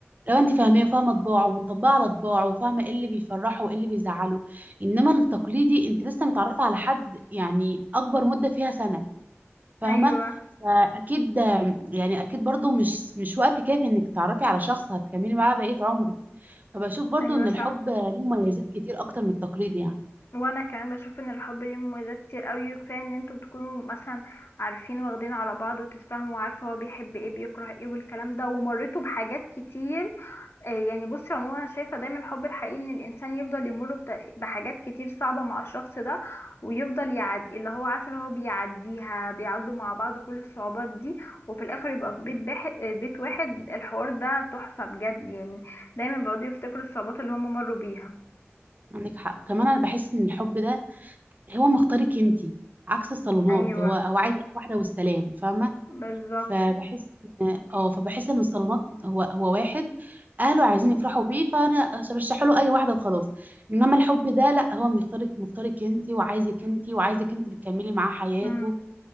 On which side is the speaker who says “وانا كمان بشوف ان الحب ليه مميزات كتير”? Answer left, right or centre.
Left